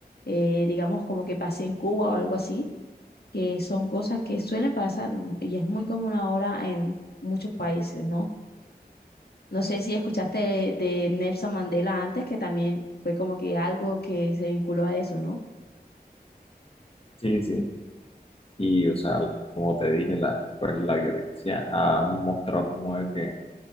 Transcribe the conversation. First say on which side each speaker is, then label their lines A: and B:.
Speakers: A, on the left; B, on the left.
A: eh, digamos, como que pasé en Cuba o algo así, que son cosas que suelen pasar mm, y es muy común ahora en muchos países, ¿no? No sé si escuchaste de, de Nelson Mandela antes, que también fue como que algo que se vinculó a eso, ¿no?
B: Sí, sí. Y, o sea, como te dije, la, pues, la violencia ha mostrado como de que